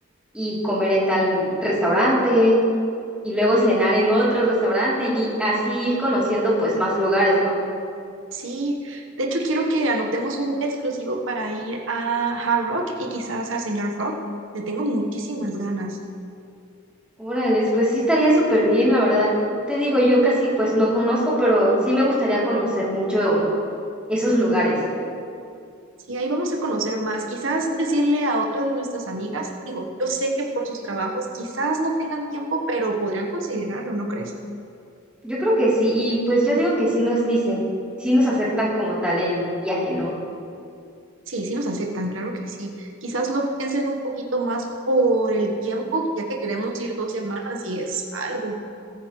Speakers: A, in the centre; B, on the right (about 80°).
A: y comer en tal restaurante y luego cenar en otro restaurante y así ir conociendo pues más lugares, ¿no?
B: Sí, de hecho quiero que anotemos un día exclusivo para ir a Hard Rock y quizás al señor Frog. Le tengo muchísimas ganas.
A: Órale, pues sí estaría súper bien, la verdad. Te digo, yo casi pues no conozco, pero sí me gustaría conocer mucho esos lugares.
B: Y ahí vamos a conocer más. Quizás decirle a otras de nuestras amigas, digo, yo sé que por sus trabajos quizás no tengan tiempo, pero podrían considerarlo, ¿no crees?
A: Yo creo que sí, y pues yo digo que sí nos dicen, sí nos aceptan como tal el viaje, ¿no?
B: Sí, sí nos aceptan, claro que sí. Quizás lo piensen un poquito más por el tiempo, ya que queremos ir dos semanas y es algo.